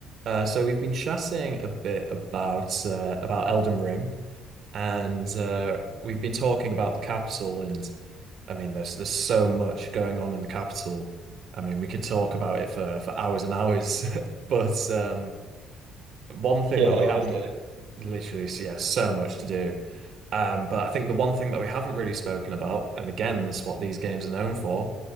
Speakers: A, on the right; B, on the right.
A: Uh, so we've been chatting a bit about uh, about Elden Ring, and uh, we've been talking about the capital. And I mean, there's there's so much going on in the capital. I mean, we could talk about it for for hours and hours. <laughs> But um, one thing
B: Yeah,
A: that we
B: honestly.
A: haven't
B: <laughs>
A: literally, yeah, so much to do. Um, but I think the one thing that we haven't really spoken about, and again, this is what these games are known for,